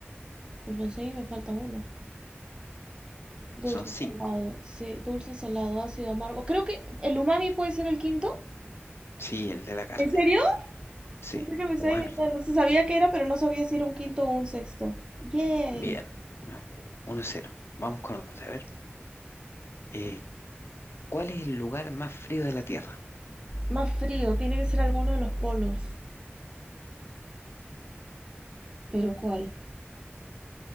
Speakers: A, on the right; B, on the left.
A: Os lo enseño y me falta uno. Dulce,
B: Son cinco.
A: salado, sí, dulce, salado, ácido, amargo. Creo que el umami puede ser el quinto.
B: Sí, el de la carne.
A: ¿En serio?
B: Sí,
A: Pensé que me estaba
B: umami.
A: inventando. Se sabía que era, pero no sabía si era un quinto o un sexto. Yay.
B: Bien. uno cero Vamos con otra. A ver, eh, ¿cuál es el lugar más frío de la Tierra?
A: Más frío, tiene que ser alguno de los polos. ¿Pero cuál?